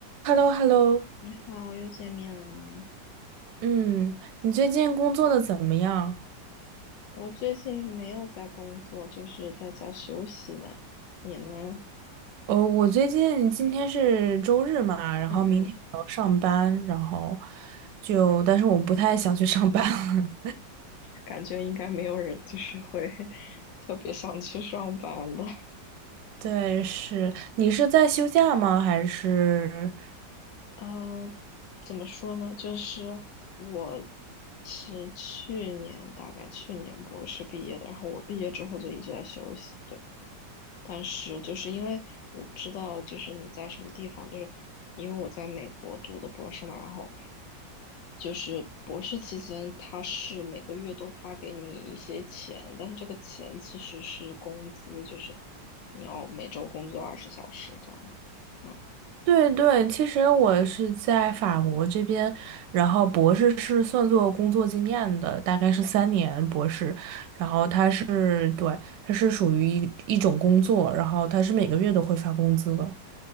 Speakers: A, on the right; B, on the left.
A: h e l l o h e l l o
B: 你好，又见面了。
A: 嗯，你最近工作的怎么样？
B: 我最近没有在工作，就是在家休息呢。你呢？
A: 哦，我最近今天是周日嘛，然后明天还要上班，
B: 嗯嗯，
A: 然后就，但是我不太想去上班了。
B: 感觉应该没有人就是会 <laughs> 特别想去上班的。
A: <laughs> 对，是，你是在休假吗？还是？
B: 呃，怎么说呢？就是我是去年，大概去年博士毕业的，然后我毕业之后就一直在休息，对。但是就是因为我不知道，就是你在什么地方，就是因为我在美国读的博士嘛，然后就是博士期间，他是每个月都发给你一些钱，但是这个钱其实是工资，就是你要每周工作二十小时这样。嗯。
A: 对对，其实我是在法国这边，然后博士是算作工作经验的，大概是三年博士。他是，对，他是属于一一种工作，然后他是每个月都会发工资的。